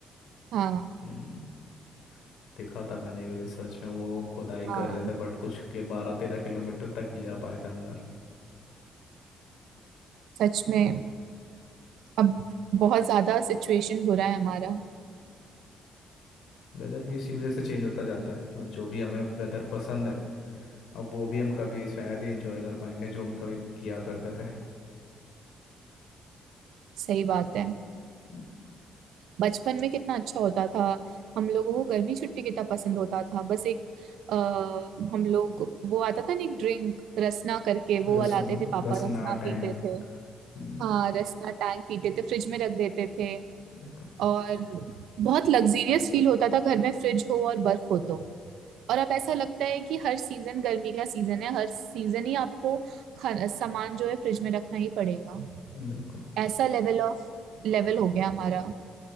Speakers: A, on the right; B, on the left.
A: हाँ
B: हम्म, देखा था मैंने एक रिसर्च में वो खुदाई
A: हाँ
B: कर रहे थे बट कुछ के बारह तेरह किलोमीटर तक भी जा पाए थे अंदर
A: सच में अब बहुत ज्यादा सिचुएशन बुरा है हमारा
B: वेदर भी इसी वजह से चेंज होता जाता है और जो भी हमें वेदर पसंद है अब वो भी हम कभी शायद ही इंजॉय कर पाएंगे जो हम कभी किया करते थे
A: सही बात है
B: हम्म,
A: बचपन में कितना अच्छा होता था हम लोगों को गर्मी छुट्टी कितना पसंद होता था बस एक आ, हम लोग वो आता था ना एक ड्रिंक रसना करके
B: रसना
A: वो वाला आते थे पापा
B: रसना
A: रसना
B: टैंग
A: पीते थे
B: हम्म,
A: हाँ रसना टैंक पीते थे फ्रिज में रख देते थे
B: बिल्कुल
A: और बहुत लग्जीरियस फील होता था घर में फ्रिज हो और बर्फ हो तो और अब ऐसा लगता है कि हर सीजन गर्मी का सीजन है हर सीजन ही आपको खाना सामान जो है फ्रिज में रखना ही पड़ेगा
B: बिल्कुल,
A: ऐसा लेवल ऑफ लेवल हो गया हमारा